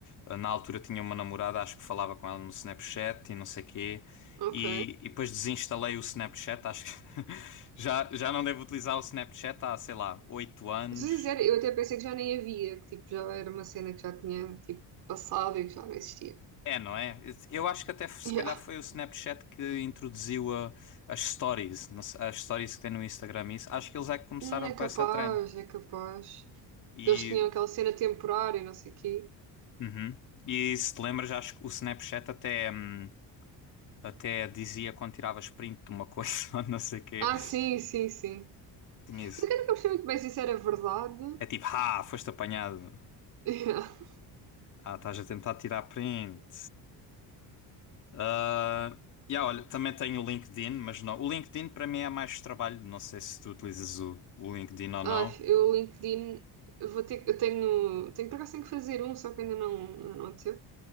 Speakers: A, on the left (about 45°); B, on the right (about 65°).
A: ah, Na altura tinha uma namorada, acho que falava com ela no Snapchat e não sei quê.
B: Ok.
A: E, e depois desinstalei o Snapchat, acho que <laughs> já, já não devo utilizar o Snapchat há, sei lá, oito anos.
B: Sou sincera, eu até pensei que já nem havia, que tipo, já era uma cena que já tinha tipo, passado e que já não existia.
A: É, não é? Eu acho que até se
B: Yeah.
A: calhar foi o Snapchat que introduziu a- as stories, não sei- as stories que tem no Instagram. Isso. Acho que eles é que começaram
B: Hum, é
A: com
B: capaz,
A: essa trend.
B: é capaz.
A: E,
B: Que eles tinham aquela cena temporária, não sei o quê.
A: uhum. E se te lembras, acho que o Snapchat até. hum, Até dizia quando tiravas print de uma coisa <laughs> ou não sei o quê.
B: Ah, sim, sim, sim.
A: Tinha isso.
B: Só que eu nunca percebi muito bem se isso era verdade.
A: É tipo, ah, foste apanhado.
B: <laughs>
A: Ah, estás a tentar tirar print. Ah, yeah, olha, também tenho o LinkedIn, mas não. O LinkedIn para mim é mais trabalho. Não sei se tu utilizas o, o LinkedIn ou não.
B: Ai, eu o LinkedIn vou ter, eu tenho, tenho por acaso tenho que fazer um, só que ainda não, ainda não aconteceu,